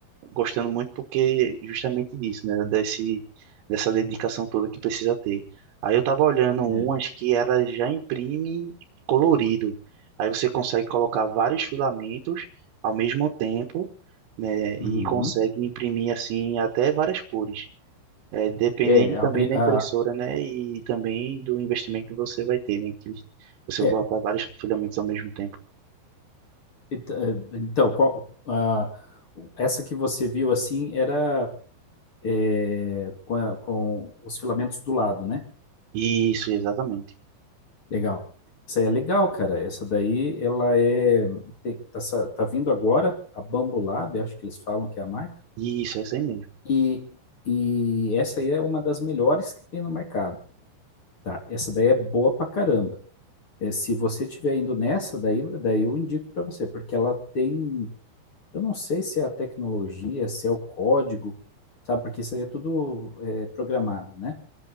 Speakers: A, on the right; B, on the left.
A: gostando muito porque justamente disso, né? Desse, dessa dedicação toda que precisa ter. Aí eu tava olhando umas
B: é.
A: que ela já imprime colorido. Aí você consegue colocar vários filamentos ao mesmo tempo, né? E
B: Uhum.
A: consegue imprimir assim até várias cores. É, dependendo
B: É,
A: também
B: a, pri-
A: da
B: a-
A: impressora, né? E também do investimento que você vai ter, né? Que você
B: é.
A: vai botar vários filamentos ao mesmo tempo.
B: Ent- eh, Então, qual, a- essa que você viu assim era é, com, a- com os filamentos do lado, né?
A: Isso, exatamente.
B: Legal. Essa aí é legal, cara. Essa daí, ela é. tem- tá, sa- tá vindo agora a Bambu Lab, acho que eles falam que é a marca.
A: Isso, é isso aí mesmo.
B: E, e essa aí é uma das melhores que tem no mercado, tá? Essa daí é boa pra caramba. É, se você tiver indo nessa, daí, daí eu indico pra você, porque ela tem. Eu não sei se é a tecnologia, se é o código, sabe? Porque isso aí é tudo é, programado, né?